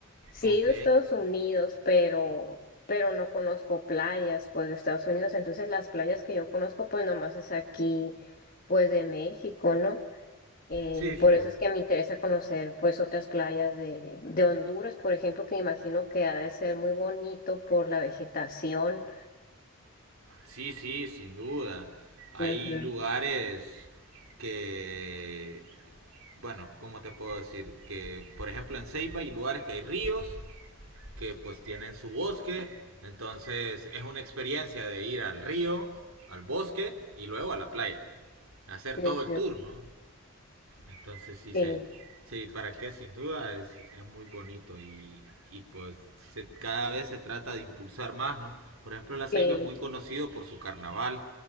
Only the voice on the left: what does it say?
Sí
he ido a Estados Unidos, pero, pero no conozco playas, pues, de Estados Unidos. Entonces, las playas que yo conozco, pues, nomás es aquí, pues, de México, ¿no? Eh,
por eso es que me interesa conocer, pues, otras playas de, de Honduras, por ejemplo, que me imagino que ha de ser muy bonito por la vegetación.
Ujú,
ujú,
Sí,
sí,